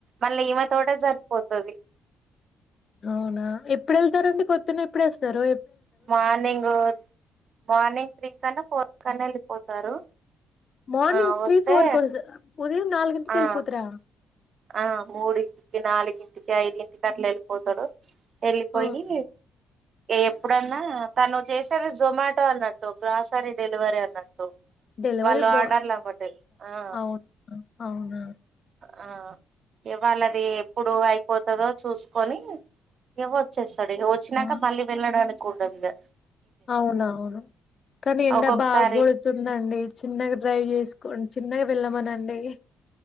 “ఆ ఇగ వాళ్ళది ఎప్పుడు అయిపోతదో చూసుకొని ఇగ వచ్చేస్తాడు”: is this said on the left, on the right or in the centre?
Right